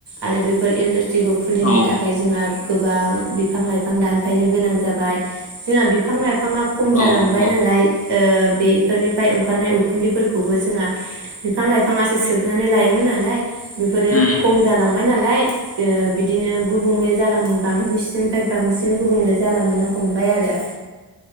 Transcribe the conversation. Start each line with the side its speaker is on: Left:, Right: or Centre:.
Right: आरो बेफोर इनद स्रिखौ खुलिनो
Left: औ
Right: थाखाय जोंहा गोबां बिफां लाइफां दानफायनो गोनां जाबाय जोंहा बिफां लाइफां बिफाङा खम जालांबाय
Left: औ नंगौ
Right: नालाय फोरनिफ्राय ओंखारनाय उखुफोरखौबो जों बिफां लाइफां बिफांआसे सोबनानै लायोमोन नालाय बेफोरो
Left: उम
Right: खम जालांबाय ना नालाय बिदिनो गुबुंले जालां बांसिनिफ्राय बांसिन गुबुंले जालांनो हमबाय आरो